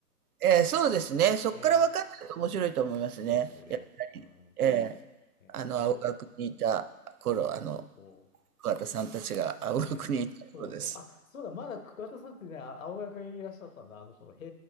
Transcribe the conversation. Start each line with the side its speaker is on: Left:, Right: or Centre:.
Right: ええ、そうですね。そこから分かってると面白いと思いますね。
Left: ねえ。そうだよね。
Right: やっぱり。
Left: うん。
Right: ええ、
Left: ね、
Right: あの、
Left: なんか、
Right: 青学にいた頃、
Left: そうそうそう。
Right: あの、桑田さんたちが青学にいた頃です。
Left: ねえ。そうそう。あ、そうだ、まだ桑田さんってね、あ青学にいらっしゃったんだ、あの頃。へ